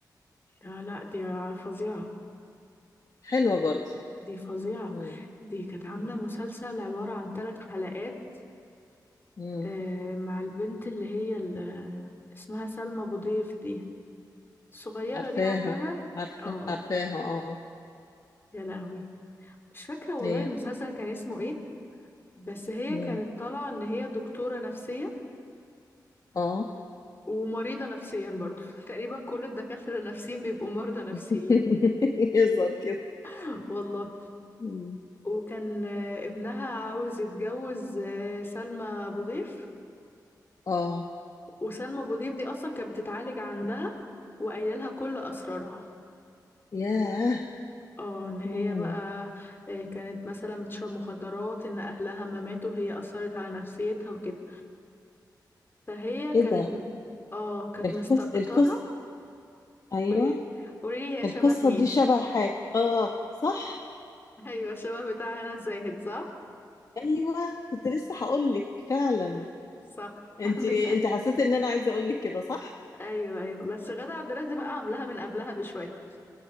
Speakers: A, on the left; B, on the left.
A: لا لا دي فظيعة
B: حلوة برضو
A: دي فظيعة
B: مم.
A: دي كانت عاملة
B: مم.
A: مسلسل عبارة عن ثلاث حلقات
B: مم.
A: آه، مع البنت اللي هي اللي اسمها سلمى أبو ضيف دي الصغيرة
B: عارفاها
A: دي عارفاها
B: عارفة
A: اه
B: عارفاها اه
A: يا لهوي مش فاكرة والله
B: ايه
A: المسلسل كان اسمه ايه بس هي
B: مم.
A: كانت طالعة ان هي دكتورة نفسية
B: اه
A: ومريضة نفسيا برضو <laughs> تقريبا كل الدكاترة النفسيين بيبقوا مرضى نفسيين
B: <laughs> يظهر كده
A: <laughs> والله
B: مم.
A: وكان آه، ابنها عاوز يتجوز آه، سلمى أبو ضيف
B: اه
A: وسلمى أبو ضيف دي أصلا كانت بتتعالج عندها وقايله لها كل أسرارها
B: ياه
A: اه ان هي
B: مم.
A: بقى آه، كانت مثلا بتشرب مخدرات ان اهلها ما ماتوا هي اثرت على نفسيتها وكده فهي كانت
B: ايه ده
A: اه كانت
B: القص
A: مستكترة
B: القص ايوه
A: قوليلي قوليلي هي
B: القصه
A: شبه مين
B: دي شبه حاجه اه صح
A: <laughs> ايوه شبه بتاع هنا الزاهد صح
B: ايوه كنت لسه هقول لك فعلا
A: آه، صح
B: انت
A: عندك
B: انت
A: حق.
B: حسيت ان انا عايزه اقول لك كده صح
A: ايوه ايوه بس غادة عبد الرازق بقى عاملاها من قبلها بشويه